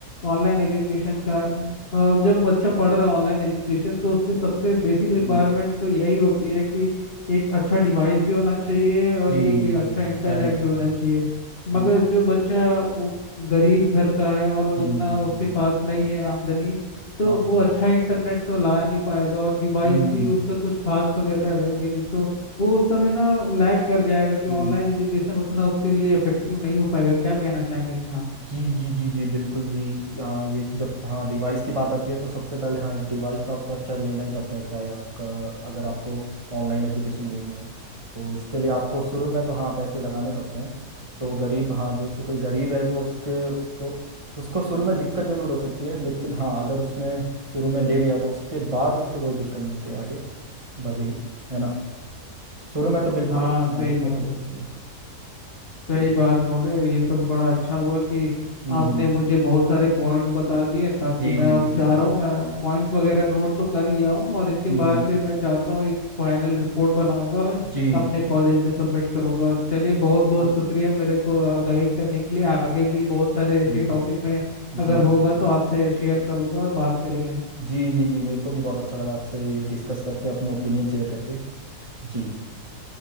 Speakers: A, on the left; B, on the right.
A: ऑनलाइन एजुकेशन का अ, जब बच्चा पढ़ रहा है ऑनलाइन एजुकेशन तो उसकी सबसे बेसिक रिक्वायरमेंट
B: हम्म,
A: तो यही होती है कि एक अच्छा डिवाइस भी होना चाहिए और
B: जी
A: एक अच्छा इंटरनेट
B: पहले तो
A: भी होना
B: हम
A: चाहिए
B: हम्म,
A: मगर जो बच्चा वो गरीब घर का है और उतना
B: जी जी
A: उसके
B: जी
A: पास
B: जी जी
A: नहीं
B: जी
A: है आमदनी तो
B: हाँ
A: वो
B: हाँ हाँ
A: अच्छा इंटरनेट तो ला नहीं पाएगा और डिवाइस
B: हम्म
A: भी उसका कुछ खास वगैरह रहेंगे नहीं तो वो उस समय ना लैग कर जाएगा कि
B: जी
A: ऑनलाइन एजुकेशन उतना उसके लिए इफेक्टिव नहीं हो पाएगा क्या कहना चाहेंगे इसमें आप
B: जी जी जी जी बिल्कुल जी यहाँ ये जब तो हाँ डिवाइस की बात आती है तो सबसे पहले हाँ एक डिवाइस तो आपको अच्छा लेना ही पड़ता है चाहे आपका अगर आपको ऑनलाइन एजुकेशन लेनी है तो इसके लिए आपको शुरू में तो हाँ पैसे लगाने पड़ते हैं तो गरीब हाँ जैसे कोई गरीब है तो उसके उसको उसको शुरू में दिक्कत जरूर हो सकती है लेकिन हाँ अगर उसने शुरू में ले लिया तो उसके बाद उसको कोई दिक्कत नहीं होती आगे भले ही है ना शुरू में तो बिल्कुल
A: हाँ
B: उसको हाँ,
A: सही
B: दिक्कत
A: बात
B: हो सकती
A: बोली
B: है
A: सही
B: जी
A: बात बोले ये तो बड़ा अच्छा हुआ कि
B: हम्म
A: आपने
B: हम्म,
A: मुझे बहुत सारे पॉइंट्स बता दिए ताकि
B: जी
A: मैं
B: जी
A: अब
B: जी
A: जा
B: जी
A: रहा
B: जी
A: हूँ मैं पॉइंट्स वगैरह नोट तो कर लिया हूँ और इसके
B: हम्म
A: बाद
B: हम्म
A: फिर मैं जाता हूँ एक फाइनल रिपोर्ट बनाऊंगा और
B: जी
A: अपने कॉलेज में सबमिट करूंगा चलिए बहुत बहुत
B: वो-
A: शुक्रिया मेरे को गाइड करने के लिए आगे भी बहुत सारे ऐसे
B: जी
A: टॉपिक में अगर
B: जी जी
A: होगा
B: जी
A: तो आपसे शेयर करूंगा और बात करेंगे हम
B: जी जी जी मेरे को भी बहुत अच्छा लगा आपसे ये डिस्कस करके अपने ओपिनियन शेयर करके जी